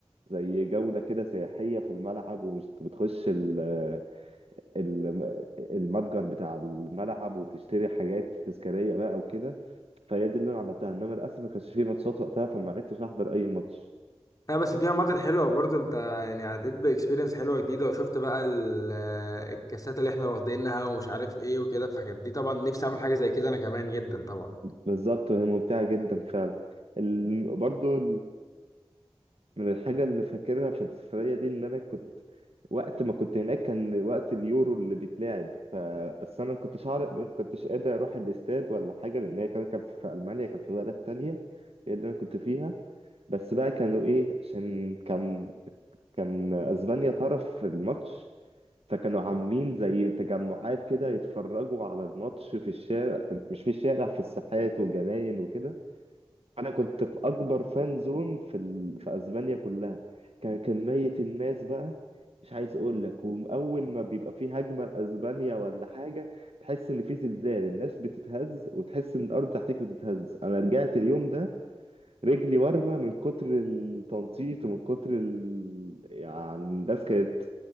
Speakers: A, on the right (about 75°); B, on the left (about 35°).
A: زي جولة كده سياحية في الملعب ومش بتخش ال- ال- المتجر بتاع الملعب وتشتري حاجات تذكارية بقى وكده فهي دي اللي أنا عملتها إنما للأسف ما كانش فيه ماتشات وقتها فما عرفتش أحضر أي ماتش
B: لا بس دي عامة حلوة برضه انت يعني عديت بإكسبيرينس حلوة جديدة وشفت بقى ال- الكاسات اللي احنا واخدينها ومش عارف ايه وكده فكانت دي طبعا نفسي اعمل حاجة زي كده انا كمان جدا طبعا
A: بالظبط وهي ممتعة جدا فعلا ال... برضو من الحاجة اللي فاكرها في السفرية دي إن أنا كنت وقت ما كنت هناك كان وقت اليورو اللي بيتلعب ف... بس أنا ما كنتش عارف ما كنتش قادر أروح الاستاد ولا حاجة لأن هي كمان كانت في ألمانيا كانت في بلد تانية هي اللي أنا كنت فيها بس بقى كانوا إيه عشان كان كان أسبانيا طرف في الماتش فكانوا عاملين زي تجمعات كده يتفرجوا على الماتش في الشارع في... مش في الشارع في الساحات والجناين وكده انا كنت في اكبر فان زون في ال... في اسبانيا كلها كان كميه الناس بقى مش عايز اقول لك واول ما بيبقى في هجمه لاسبانيا ولا حاجه تحس ان في زلزال الناس بتتهز وتحس ان الارض تحتك بتتهز انا رجعت اليوم ده رجلي ورمه من كتر التنطيط ومن كتر ال... يعني الناس كانت